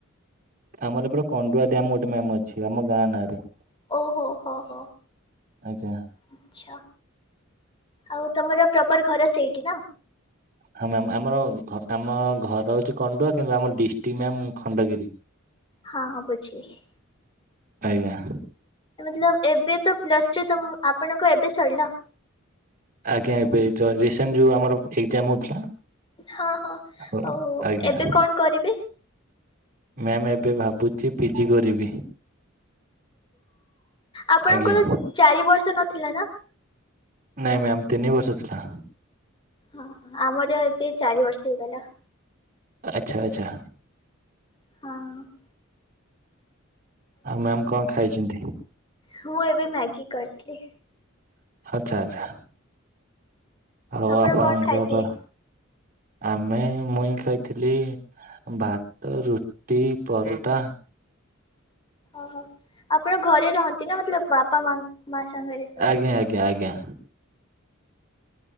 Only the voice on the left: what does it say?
ଓହୋ ହୋ ହୋ
ଆଚ୍ଛା। ଆଉ ତମର ପ୍ରପର ଘର ସେଇଠି ନା?
ହଁ ହଁ ବୁଝିଲି।
ଲବ୍ ଏବେ ତ ପ୍ଲସ୍ ଥ୍ରୀ ତମ ଆପଣଙ୍କ ଏବେ ସରିଲା
ହଁ ହଁ
ଆଉ
ଏବେ କଣ କରିବେ?
ଆପଣଙ୍କର
ଚାରି ବର୍ଷ ନଥିଲା ନା?
ହଁ ଆମର ଏବେ ଚାରି ବର୍ଷ ହେଇଗଲା।
ହଁ।
ମୁଁ ଏବେ ମ୍ୟାଗି କରିଥିଲି।
ଆପଣ
କଣ ଖାଇଥିଲେ?
ଓହୋ ଆପଣ ଘରେ ରହନ୍ତି ନା ମତଲବ ବାପା ମାଆ ମା ସାଙ୍ଗରେ ସବୁ